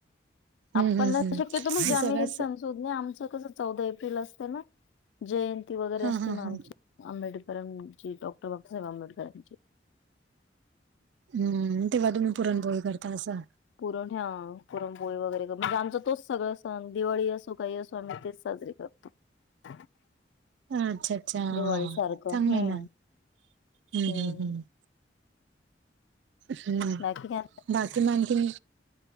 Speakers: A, on the right; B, on the left.
A: हम्म
B: आपणच
A: हम्म हम्म
B: शक्यतो म्हणजे
A: ते
B: आम्ही
A: सगळंच
B: हे सण शोध आमच कस चौदा एप्रिल असते ना जयंती वगैरे
A: हा
B: असते
A: हा
B: म
A: हा
B: आमची आंबेडकरांची डॉक्टर बाबासाहेब आंबेडकरांची
A: हम्म तेव्हा तुम्ही पुरणपोळी करता असं
B: पुरण ह्या पुरणपोळी वगैरे म्हणजे आमचं तोच सगळं सण दिवाळी असो काही असो आम्ही तेच साजरे <unintelligible>
A: ह अच्छा, अच्छा
B: दिवाळी सारखं
A: चांगलं
B: हम्म
A: ना हम्
B: हम्म
A: हम्
B: बाकी काय
A: बाकी म आणखीन